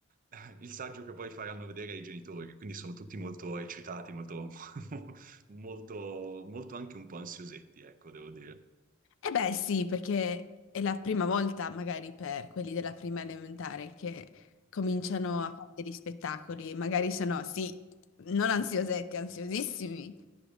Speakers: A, on the right (about 40°); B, on the left (about 65°).
A: <laughs> il saggio che poi faranno vedere ai genitori, quindi sono tutti molto eccitati, molto, <laughs> molto, molto anche un po' ansiosetti, ecco, devo dire.
B: Eh beh, sì, perché è la prima volta, magari per quelli della prima elementare, che cominciano a fare degli spettacoli, magari sono, sì, non ansiosetti, ansiosissimi.